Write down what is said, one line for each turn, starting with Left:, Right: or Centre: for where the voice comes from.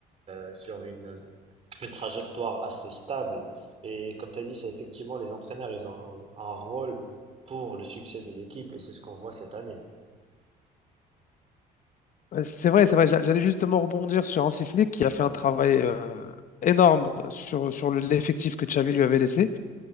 Right: euh, sur une une trajectoire assez stable. Et comme tu as dit, c'est effectivement les entraîneurs, ils ont un rôle pour le succès de l'équipe et c'est ce qu'on voit cette année.
Left: Euh, C'est vrai, c'est vrai. J'a- J'allais justement rebondir sur Hansi Flick qui a fait un travail euh, énorme sur, sur le- l'effectif que Xavi lui avait laissé.